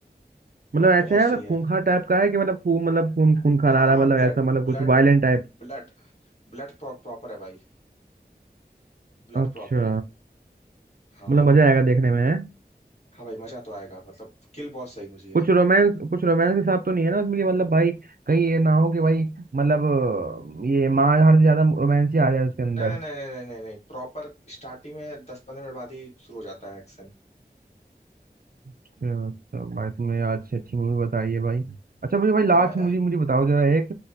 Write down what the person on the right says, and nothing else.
मतलब
ऐसा
है
मतलब
खूंखार टाइप का है कि मतलब खून मतलब खून खून खा
रहा
है मतलब
ऐसा मतलब
कुछ वायलेंट टाइप
अच्छा
मतलब मजा आएगा देखने में है?
कुछ
रोमांस कुछ रोमांस के साथ तो नहीं है ना उसमें कि मतलब भाई कहीं ये ना हो कि भाई मतलब अ, ये मार हर से ज्यादा रोमांस ही आ जाए उसके अंदर
अच्छा भाई तुमने आज अच्छी अच्छी मूवी बताई है भाई अच्छा मुझे भाई लास्ट
मूवी मुझे बताओ जरा एक